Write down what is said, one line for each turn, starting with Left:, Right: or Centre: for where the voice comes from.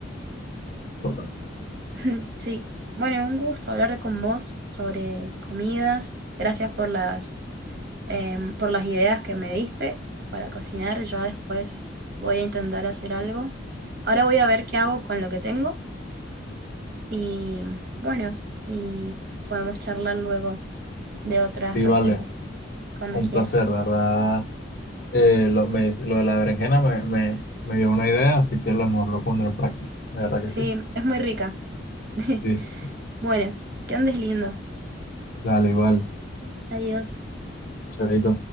Left: Importante.
Right: <laughs> Sí, bueno, un gusto hablar con vos sobre comidas. Gracias por las em, por las ideas que me diste para cocinar. Ya después voy a intentar hacer algo. Ahora voy a ver qué hago con lo que tengo y bueno, y podemos charlar luego de otras
Left: Sí,
Right: recetas,
Left: vale.
Right: cuando
Left: Un
Right: quieras.
Left: placer, de verdad. Eh, lo, me- lo de la berenjena me, me, me dio una idea, así que a lo mejor lo pondré en práctica. De verdad
Right: Sí,
Left: que sí.
Right: es muy rica. <laughs>
Left: Sí,
Right: Bueno, que andes lindo.
Left: dale, igual.
Right: Adiós.
Left: Chaito.